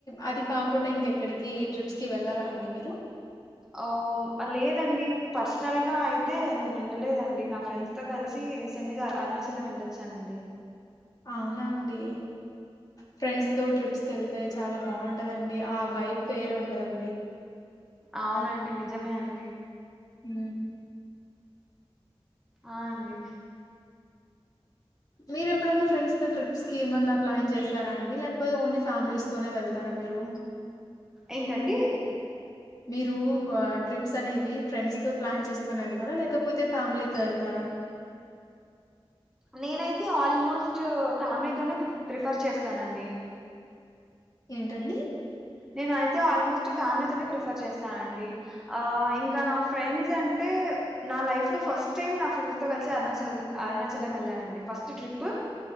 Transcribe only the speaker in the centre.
ఆ.. లేదండి పర్సనల్గా అయితే నేను వెళ్ళలేదండి నా ఫ్రెండ్స్ తో కలిసి రీసెంట్గా అరుణాచలం వెళ్ళొచ్చానండి
అవునండి నిజమే అండి
ఆ అండి
ఏంటండి
నేనైతే ఆల్మోస్ట్ ఫ్యామిలీతోనే ప్రిఫర్ చేస్త్ స్తానండి
నేన అయితే ఆల్మోస్ట్ ఫ్యామిలీతోనే ప్రఫర్ చేస్తానండి ఆ ఇంకా
నా ఫ్రెండ్స్ అంటే నా లైఫ్ లో ఫస్ట్ టైమ్ నా ఫ్రెండ్స్ తో కలిసి అరుణాచల్ అరుణాచలం వెళ్ళానండి ఫస్ట్ ట్రిప్పు